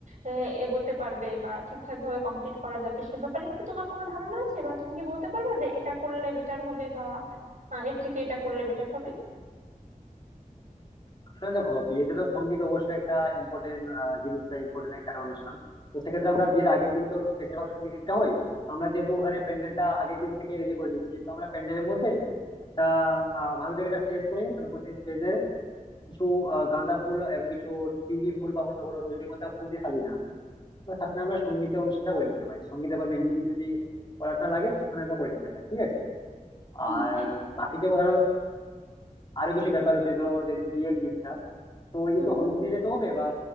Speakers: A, on the right; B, on the left.
A: আহ, এগোতে পারবে বা ঠিকঠাক ভাবে কমপ্লিট করা যাবে সে ব্যাপারে কি তোমার কোনো ধারণা আছে বা তুমি কি বলতে পারবে যে এটা করলে বেটার হবে বা আহ, এর থেকে এটা করলে বেটার হবে
B: আসলে দেখো বিয়েতে তো সঙ্গীত অবশ্যই একটা ইম্পর্টেন্ট জিনিস বা ইম্পর্টেন্ট একটা অনুষ্ঠান তো সেক্ষেত্রে আমরা বিয়ের আগের দিন তো বেশিরভাগ সঙ্গীতটা হয় তো আমরা যেহেতু ওখানে প্যান্ডেলটা আগের দিন থেকে রেডি করে নিচ্ছি তো আমরা প্যান্ডেলের মধ্যে একটা
A: হ্যাঁ
B: আহ, ভালো দেখে একটা স্টেজ করে নিই এবং সেই স্টেজের কিছু আহ, গাঁদা ফুল এবং কিছু টিউলিপ ফুল বা অন্য কোনো রজনীগন্ধা ফুল দিয়ে সাজিয়ে দেবো। বা সেখানে আমরা সঙ্গীতের অনুষ্ঠানটা করে নিতে পারি সঙ্গীত আবার মেহেন্দি যদি করাটা লাগে তো সেখানে আমরা করে নিতে পারি ঠিক আছে
A: উম,
B: আর
A: হ্যাঁ
B: বাকি যে কথাটা হলো, আরো কিছু ব্যাপার হচ্ছে ধরো যেদিন বিয়ের দিনটা তো ওই
A: হুম
B: দিন তো হলুদ নিয়ে যেতে হবে বা